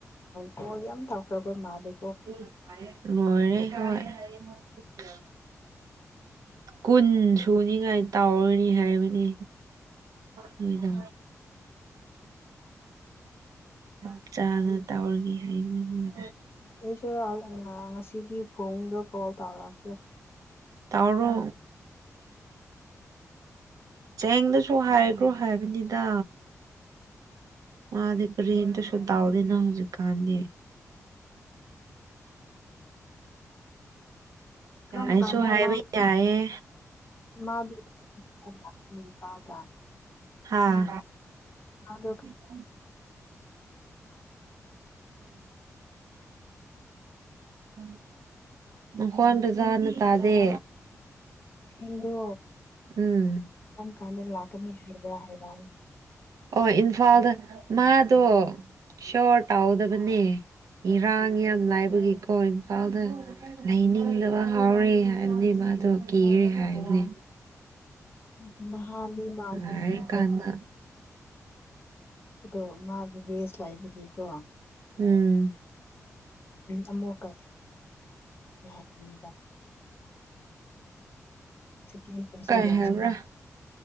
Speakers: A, on the left; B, on the right.
A: ꯀꯣꯜ ꯌꯥꯝ ꯇꯥꯎꯈ꯭ꯔꯕ ꯃꯥꯜꯂꯦ
B: ꯂꯣꯏꯔꯦ ꯀꯨꯟ ꯁꯨꯅꯤꯉꯥꯏ ꯇꯥꯎꯔꯅꯤ ꯍꯥꯏꯕꯅꯤ ꯅꯣꯏꯗ ꯆꯞ ꯆꯥꯅ ꯇꯧꯔꯒꯦ ꯍꯥꯏꯅꯦ ꯃꯣꯏ
A: ꯑꯩꯁꯨ ꯉꯁꯤꯗꯤ ꯐꯣꯟꯗꯣ ꯀꯣꯜ ꯇꯧꯔꯛꯀꯦ
B: ꯇꯔꯣ ꯆꯦꯡꯗꯁꯨ ꯍꯥꯏꯈ꯭ꯔꯣ ꯍꯥꯏꯕꯅꯤꯗ ꯃꯥꯗꯤꯔꯤꯅꯇꯁꯨ ꯇꯥꯎꯗꯅ ꯍꯧꯖꯤꯛ ꯀꯥꯟꯗꯤ
A: ꯀꯔꯝ
B: ꯑꯩꯁꯨ
A: ꯀꯥꯟꯗ
B: ꯍꯥꯏꯕ
A: ꯃꯥ
B: ꯌꯥꯏꯌꯦ
A: ꯃꯥꯗꯨ ꯂꯥꯛꯀꯅꯤ ꯏꯝꯐꯥꯜꯗ
B: ꯍꯥꯥ
A: ꯑꯗꯣ
B: <inaudible> ꯑꯥ ꯎꯝ ꯅꯈꯣꯟ ꯕꯖꯥꯅ ꯇꯥꯗꯦ
A: ꯍꯗꯨ
B: ꯎꯝ
A: ꯀꯥꯟꯗꯅ ꯂꯥꯛꯀꯅꯤ ꯍꯥꯏꯕ꯭ꯔꯥ ꯍꯥꯏꯕ ꯍꯥꯏ
B: ꯑꯣ ꯏꯝꯐꯥꯜꯗ ꯃꯥꯗꯣ ꯁꯣꯔ ꯇꯥꯎꯗꯕꯅꯦ ꯏꯔꯥꯡ ꯌꯥꯝ ꯂꯥꯏꯕꯒꯤꯀꯣ ꯏꯝꯐꯥꯜꯗ ꯂꯩꯅꯤꯡꯗꯕ ꯍꯥꯎꯔꯦ ꯍꯥꯏꯔꯅꯤ ꯃꯥꯗꯣ ꯀꯤꯔꯦ ꯍꯥꯏꯔꯅꯤ
A: ꯎꯝ ꯍꯥꯟ ꯃꯥꯒꯤꯦ
B: ꯂꯥꯏꯔꯀꯥꯟꯗ
A: ꯑꯗꯣ ꯃꯥꯒꯤ ꯕꯦꯁ ꯂꯥꯏꯕꯒꯤꯀꯣ
B: ꯎꯝ
A: ꯑꯃꯨꯛꯀꯦ ꯍꯥꯏꯕꯅꯦꯕ ꯁꯦꯀꯦꯟ ꯄꯥꯏꯁ
B: ꯀꯩ
A: ꯌꯥꯎꯁ
B: ꯍꯥꯏꯕ꯭ꯔꯥ